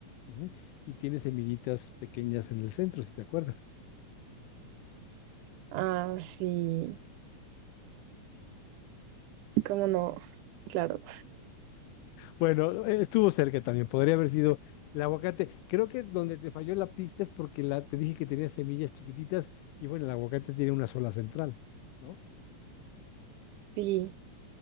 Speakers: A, on the left; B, on the right.
A: ujú, Y tiene semillitas pequeñas en el centro, si te acuerdas.
B: Ah, sí. ¿Cómo no? Claro.
A: Bueno, eh, estuvo cerca también. Podría haber sido el aguacate. Creo que donde te falló la pista es porque la, te dije que tenía semillas chiquititas y bueno, el aguacate tiene una sola central, ¿no?
B: Sí,